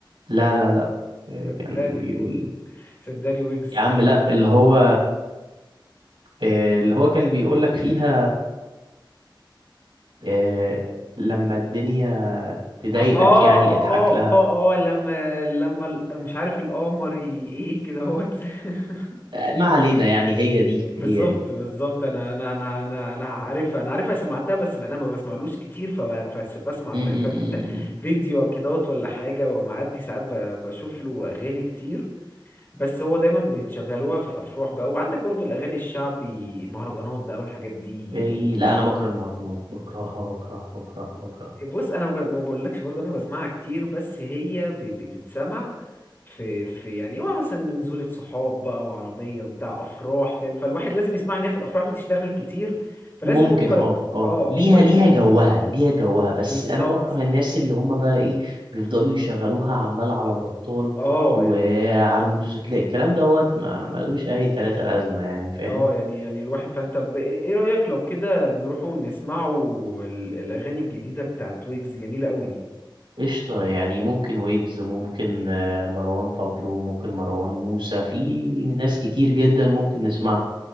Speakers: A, on the right; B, on the left.
A: لا لا لا إيه
B: صدقني
A: كان بيقول
B: صدقني ويجز
A: يا عم لا اللي هو إيه اللي هو كان بيقول لك فيها إيه لما الدنيا تضايقك
B: اه <laughs>
A: يعني اضحك
B: اه
A: لها
B: اه اه لما لما ال- مش عارف القمر ي- ايه كده اهوت <laughs>
A: ما علينا يعني هي دي
B: بالظبط
A: هي دي
B: بالظبط انا انا انا انا انا عارفها انا عارفها سمعتها بس انا ما بسمعلوش كتير فبسمع
A: امم
B: ما فاهم انت فيديو كدهوت ولا حاجه ومعدي ساعات ب- بشوف له اغاني كتير بس هو دايما بتشغلوها في الافراح بقى وعندك برضو الاغاني الشعبي مهرجانات بقى والحاجات دي
A: اي
B: جميله
A: لا
B: برضو.
A: انا بكره المهرجانات بكرهها بكرهها بكرهها بكرهها
B: بص انا ب- ما بقولكش برضو انا بسمعها كتير بس هي ب- بتتسمع في في يعني هو مثلا نزولة صحاب بقى وعربية وبتاع أفراح فاهم فالواحد لازم يسمع إن هي في الأفراح بتشتغل كتير فلازم
A: ممكن
B: مجبر
A: اه اه
B: اه
A: ليها
B: مجبر
A: ليها
B: إن-
A: جوها ليها جوها بس
B: بالظبط
A: انا بكره الناس اللي هما بقى ايه بيفضلوا يشغلوها عمال على بطال
B: اه
A: وعلى
B: يعني
A: الموتوسيكلات الكلام دوت ما ملقوش اي تلاتة لازمة يعني فاهم
B: اه يعني يعني الواحد فانت ب... ايه رأيك لو كده نروحوا نسمعوا ال- الأغاني الجديدة بتاعت ويجز جميلة قوي
A: قشطة يعني ممكن ويجز ممكن آه، مروان بابلو ممكن مروان موسى في ناس كتير جدا ممكن نسمعها